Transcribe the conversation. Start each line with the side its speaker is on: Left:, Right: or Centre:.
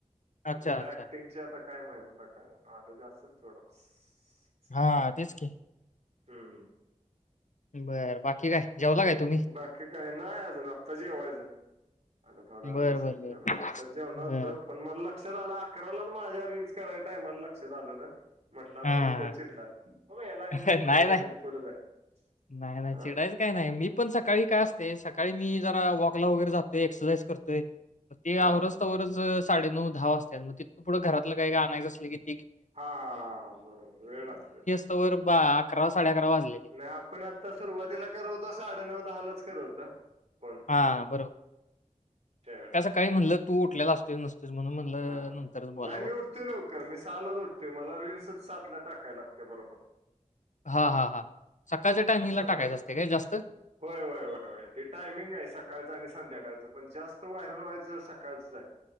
Left: अच्छा,
Right: त्याला
Left: अच्छा.
Right: ऍक्टिंगचे आता काय माहित आता काय नॉलेज असेल थोडं फार.
Left: हा तेच की.
Right: हम्म.
Left: बरं बाकी काय जेवला काय. तुम्ही?
Right: बाकी काही नाही अजून आत्ता जेवायचं. आता थोड्या
Left: बरं,
Right: जण बसायचंेव
Left: बरं, बरं.
Right: आत्ताच जेव न होतं
Left: बरं.
Right: पण मला. लक्षात आलं अकराला माझ्या रीलल्स कराय टामाला लक्षात आल होत. म्हटलं आता
Left: हां.
Right: उचकर चिटलास लाईंदच
Left: नाही,
Right: पुढं
Left: नाही.
Right: ब का तिथ पुढच आहे
Left: नाही नाही
Right: ह.
Left: चिडायचं काय नाही मी पण सकाळी काय असते सकाळी मी जरा वॉकला वगैरे जातोय एक्सरसाईज करतोय ते
Right: हा
Left: आवरजतावरच साडे नऊ दहा वाजता मग तिथं पुढं घरातलं काही काय आणायचं अस क
Right: हा बरोबर वेळ लागते ब
Left: तोवर अकरा साडे अकरा वाजले
Right: नाही आपण आता सुरुवातीला करवतो साडे नऊ दहा लाच करवत फोन
Left: हां,
Right: ह
Left: सकाळी म्हणलं तू उठलेला असते नसतेस म्हणून म्हणलं
Right: हा
Left: नंतरच बोलावं
Right: नाही मी उठतोय लवकर मी सहाला जोडते मला रीलल्सच साातला टाकाय लागते बरोबर
Left: हा हा हा सकाळच्या टायमिंगला
Right: मी सहालाच
Left: टाकायचं असते काय जास्त
Right: होय होय होय ते टायमिंग आहे सकाळचं आणि संध्याकाळचं पण जास्त व्हारल व्हायचं सकाळचंच आहे